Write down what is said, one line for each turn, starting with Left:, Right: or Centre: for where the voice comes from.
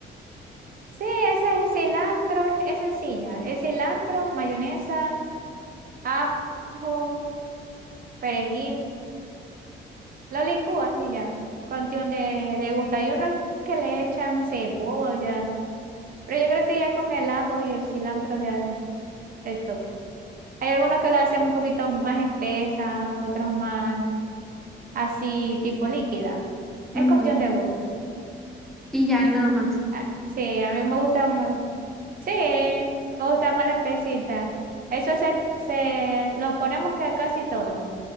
Right: Sí, ese es cilantro, es es sencilla. Es cilantro, mayonesa, ajo, perejil. Lo licúas y ya. Cuestión de, de gusto. Hay unos que le echan, no sé, cebolla. Pero yo creo que ya con el ajo y el cilantro ya el toque. Hay algunos que lo hacen un poquito más espesa, otros más así, tipo líquida. Es
Centre: Ujú.
Right: cuestión de gusto.
Centre: Y ya, y nada más.
Right: Ah, sí, a mí me gusta más. Sí, me gusta más la espesita. Eso se, se lo ponemos que a casi todo.